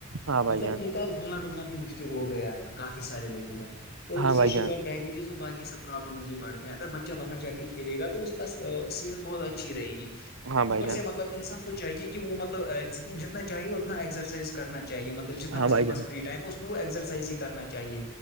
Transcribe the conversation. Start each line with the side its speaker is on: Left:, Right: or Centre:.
Right: ہاں بھائی
Left: مطلب
Right: جان
Left: ان کا ہلنا ڈلنا بھی مشکل ہو گیا ہے کافی سارے لوگوں کا اور
Right: ہاں
Left: اس
Right: بھائی
Left: سے
Right: جان
Left: شوگر ڈائبٹی ز اور باقی سب پرابلمز بھی بڑھتے ہیں اگر بچہ باہر جا کے کھیلے گا تو اسس کا صحت بہت اچھی رہے گی
Right: ہاں بھائی
Left: اوپر
Right: جان
Left: سے مطلب انسان کو چاہیے کہ وہ مطلب جتنا چاہیے اتنا ایکسرسائز کرنا چاہیے مطلب جتنا
Right: ہاں
Left: اس
Right: بھائی
Left: کے پاس
Right: جان
Left: فری ٹائم اس میں وہ ایکسرسائز ہی کرنااہیے